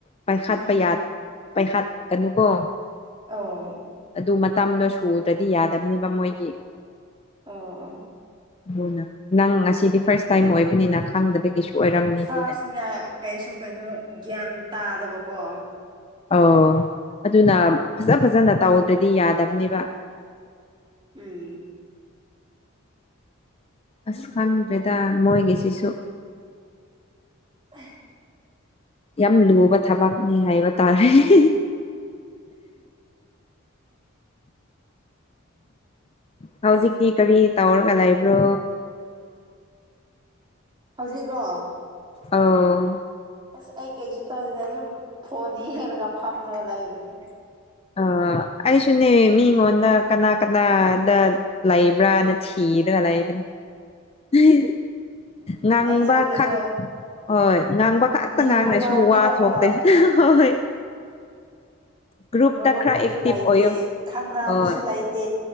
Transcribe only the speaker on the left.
ꯄꯥꯏꯈꯠꯄ
ꯌꯥꯗꯦ ꯄꯥꯏꯈꯠꯀꯅꯨ ꯀꯣ
ꯑꯗꯨ ꯃꯇꯝꯗꯣ ꯁꯨꯗ꯭ꯔꯗꯤ ꯌꯥꯗꯕꯅꯦꯕ ꯃꯣꯏꯗꯤ
ꯑꯖꯨꯅ ꯅꯪ ꯉꯁꯤꯗꯤ ꯐꯥꯔꯁ ꯇꯥꯏꯝ ꯑꯣꯏꯕꯅꯤꯅ ꯈꯪꯗꯕꯒꯤꯁꯨ ꯑꯣꯏꯔꯝꯅꯤ
ꯑꯗꯨꯅꯅꯤ
ꯑꯣ ꯑꯗꯨꯅ ꯐꯖ ꯐꯖꯅ ꯇꯧꯗ꯭ꯔꯗꯤ ꯌꯥꯗꯕꯅꯦꯕ
ꯑꯁ ꯈꯪꯗ꯭ꯔꯦꯗ ꯃꯣꯏꯒꯤꯁꯤꯁꯨ
ꯌꯥꯝ ꯂꯨꯕ ꯊꯕꯛꯅꯤ ꯍꯥꯏꯕ ꯇꯥꯔꯦ ꯍꯤꯍꯤ <inaudible> ꯍꯧꯖꯤꯛꯇꯤ ꯀꯔꯤ ꯇꯧꯔꯒ ꯂꯩꯕ꯭ꯔꯣ
ꯑꯧ
ꯑꯥ ꯑꯩꯁꯨꯅꯦ ꯃꯤꯉꯣꯟꯗ ꯀꯅꯥ ꯀꯅꯥꯗ ꯂꯩꯕ꯭ꯔꯅ ꯊꯤꯔꯒ ꯂꯩꯕꯅꯦ ꯍꯦꯍꯦ ꯉꯥꯡꯕ
ꯈꯛ ꯍꯣꯏ ꯉꯥꯡꯕ ꯈꯛꯇ
ꯉꯥꯡꯉꯁꯨ
ꯋꯥ ꯊꯣꯛꯇꯦ ꯍꯣꯏ ꯒ꯭ꯔꯨꯞꯇ
ꯈꯔ ꯑꯦꯛꯇꯤꯚ
ꯑꯣꯏꯌꯣ
ꯑꯣꯏ